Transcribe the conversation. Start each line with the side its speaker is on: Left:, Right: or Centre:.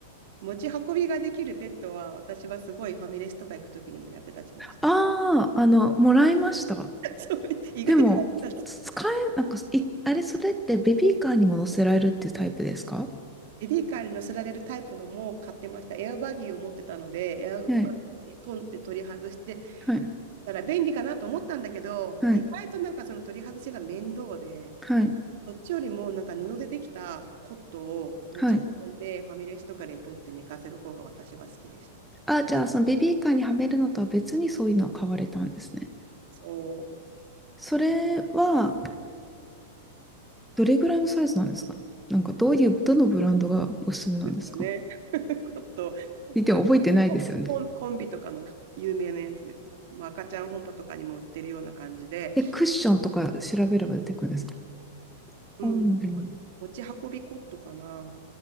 Right: 持ち運びができるベッドは、私はすごいファミレスとか行く時にも役立ちました。
Centre: ああ、あの、もらいました。
Right: そう、意外と役立つ。
Centre: でも、使え、なんか、い、あれ、それってベビーカーにも乗せられるっていうタイプですか
Right: ベビーカーに乗せられるタイプのも買ってました。エアバギーを持ってたので、エアバギ
Centre: はい。
Right: ーでポンって取り外して、
Centre: はい。
Right: たら便利かなと思ったんだけど、
Centre: はい。
Right: 意外となんかその取り外しが面倒で、
Centre: はい。
Right: そっちよりもなんか布でできたコットを持ち運んで、
Centre: はい。
Right: ファミレスとかでポって寝かせる方が私は好きでした。
Centre: あ、じゃあ、そのベビーカーにはめるのとは別にそういうのを買われたんですね。
Right: そう
Centre: それは、どれぐらいのサイズなんですかなんかどういう、どのブランドがおすすめなんですかって
Right: ですよね。<laughs> コット、
Centre: 言っても覚えてないですよね。
Right: あの、ココンコンビとかの有名なやつです。もう赤ちゃん本舗とかにも売ってるような感じで、
Centre: で、クッションとか調べれば出てくるんですか
Right: うん。
Centre: うん
Right: 持ち運びコットかな。